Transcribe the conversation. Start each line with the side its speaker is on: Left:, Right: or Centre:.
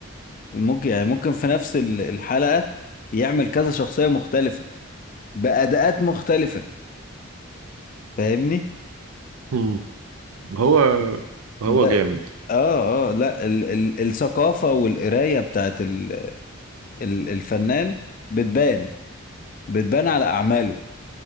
Left: ممكن يعني ممكن في نفس ال- الحلقة يعمل كذا شخصية مختلفة بأداءات مختلفة فاهمني
Right: مم. هو هو
Left: فده
Right: جامد
Left: اه اه لا ال ال الثقافة والقراية بتاعت ال ال الفنان بتبان بتبان على أعماله